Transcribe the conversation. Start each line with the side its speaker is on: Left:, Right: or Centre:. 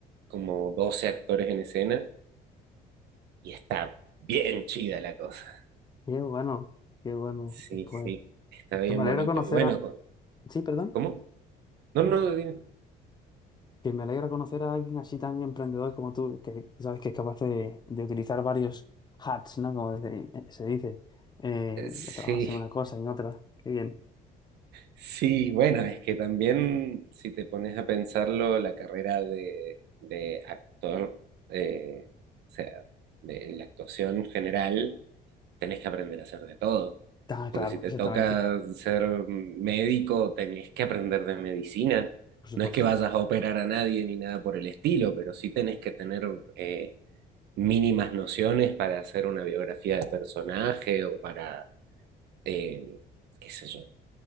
Right: como 12 actores en escena y está bien chida la cosa.
Left: Qué bueno. Qué bueno.
Right: Sí,
Left: Pues
Right: sí, está bien
Left: que me alegra
Right: bonito.
Left: conocer
Right: Y bueno,
Left: a...
Right: con-
Left: Sí, perdón.
Right: ¿cómo? No, no, dime.
Left: Que me alegra conocer a alguien así tan emprendedor como tú, que sabes que es capaz de, de utilizar varios hats, ¿no? Como se, eh, se dice. Eh,
Right: Eh, Sí,
Left: que trabajas en una cosa y en otra. Qué bien.
Right: Sí, bueno, es que también si te pones a pensarlo, la carrera de, de actor, eh, o sea, de la actuación general, tenés que aprender a hacer de todo.
Left: Ah,
Right: Porque
Left: claro,
Right: si te
Left: exactamente.
Right: toca ser médico, tenés que aprender de medicina.
Left: por supuesto.
Right: No es que vayas a operar a nadie ni nada por el estilo, pero sí tenés que tener eh, mínimas nociones para hacer una biografía de personaje o para, eh, qué sé yo